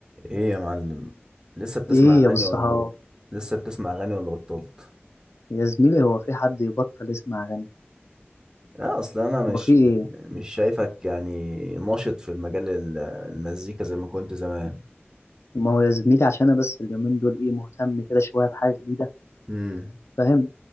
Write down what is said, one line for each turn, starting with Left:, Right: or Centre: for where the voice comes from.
Right: ايه يا معلم لسه بتسمع
Left: ايه
Right: اغاني
Left: يا ابو الصحاب
Right: ولا بط- لسه بتسمع اغاني ولا بطلت
Left: يا زميلي هو في حد يبطل يسمع اغاني
Right: اه اصل انا مش
Left: هو في ايه
Right: مش شايفك يعني ناشط في المجال ال- المزيكا زي ما كنت زمان
Left: ما هو يا زميلي عشان انا بس اليومين دول ايه مهتم كده شويه بحاجه جديده
Right: امم
Left: فاهم